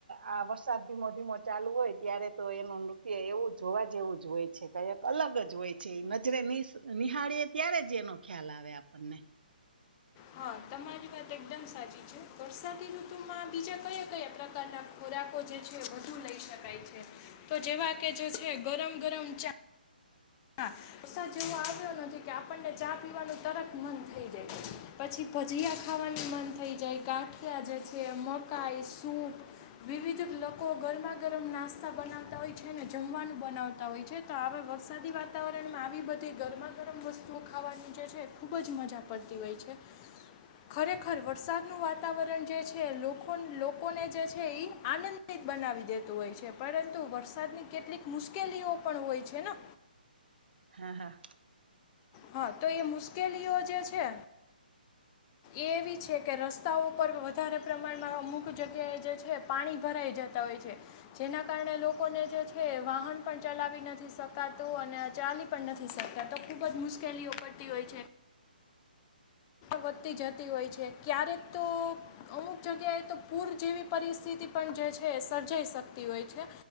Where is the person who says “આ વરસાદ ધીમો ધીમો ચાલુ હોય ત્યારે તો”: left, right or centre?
Right